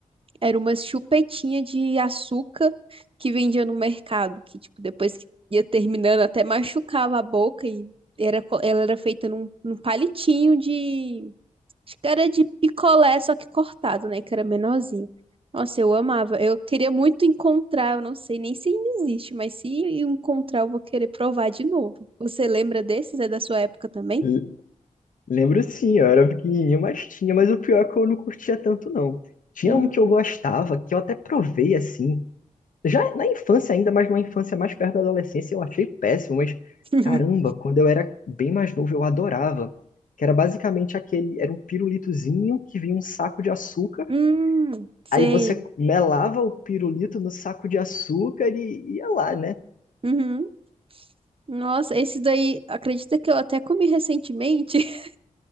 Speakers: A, on the right (about 40°); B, on the left (about 75°).
A: Era umas chupetinha de açúcar que vendia no mercado, que, tipo, depois que ia terminando, até machucava a boca e era, co- ela era feita num, num palitinho de. Acho que era de picolé, só que cortado, né? Que era menorzinho. Nossa, eu amava. Eu queria muito encontrar, eu não sei nem se ainda existe, mas se eu encontrar, eu vou querer provar de novo. Você lembra desses? É da sua época também?
B: L- Lembro sim, eu era pequenininho, mas tinha, mas o pior é que eu não curtia tanto, não. Tinha
A: Hum.
B: um que eu gostava, que eu até provei assim, Já na infância ainda, mas numa infância mais perto da adolescência, eu achei péssimo, mas
A: <laughs>
B: caramba, quando eu era bem mais novo, eu adorava. Que era basicamente aquele, era um pirulitozinho que vinha um saco de açúcar,
A: Hum, sei.
B: aí você melava o pirulito no saco de açúcar e ia lá, né?
A: Uhum. Nossa, esse daí, acredita que eu até comi recentemente? <laughs>